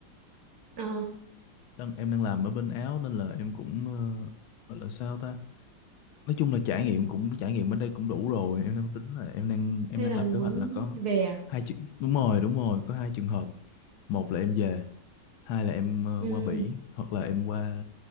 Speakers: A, on the right (about 55°); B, on the left (about 80°).
A: ờ
B: đang em đang làm ở bên Áo nên là em cũng ờ, gọi là sao ta nói chung là trải nghiệm cũng trải nghiệm bên đây cũng đủ rồi em đang tính là em đang em
A: thế
B: đang
A: là
B: lập
A: muốn
B: kế hoạch là có
A: về à?
B: hai chuyện đúng rồi đúng rồi có hai trường hợp một là em về hai là em ờ,
A: Ừ,
B: qua Bỉ hoặc là em qua